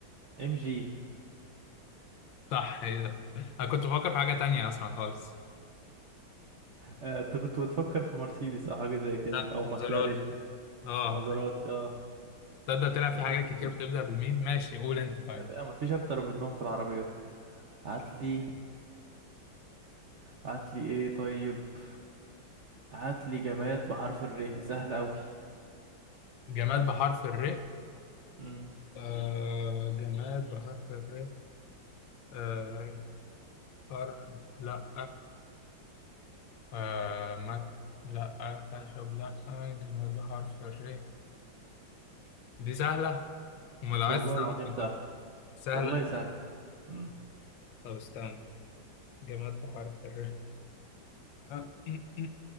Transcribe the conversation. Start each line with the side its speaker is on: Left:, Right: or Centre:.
Right: ام جي
Left: صح ايه ده انا كنت بفكر في حاجة تانية اصلا خالص
Right: آه، انت كنت بتفكر في مرسيدس او حاجة زي كده
Left: لا
Right: او
Left: مزارات
Right: مكلارين
Left: اه
Right: مازراتي اه
Left: تصدق طلع في
Right: <laughs>
Left: حاجات كتير بتبدأ بالميم ماشي قول انت طيب
Right: طب إيه، مفيش اكتر منهم في العربيات هاتلي هاتلي ايه طيب هاتلي جماد بحرف الر سهل اوي
Left: جماد بحرف الر
Right: مم.
Left: آه جماد بحرف الر آه فر لا آه مك لا خشب لا جماد بحرف الر دي سهلة امال عايز
Right: والله
Left: تصعب
Right: العظيم
Left: قدامك
Right: سهل
Left: سهلة
Right: والله سهل مم.
Left: طب استنى جماد بحرف الر آه، م- م.